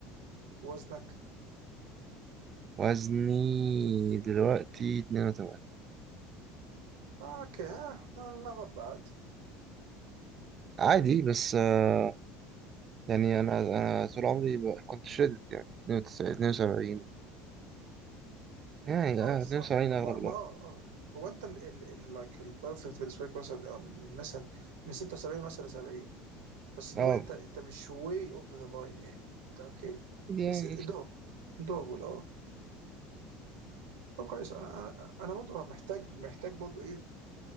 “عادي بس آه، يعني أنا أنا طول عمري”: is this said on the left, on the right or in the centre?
Right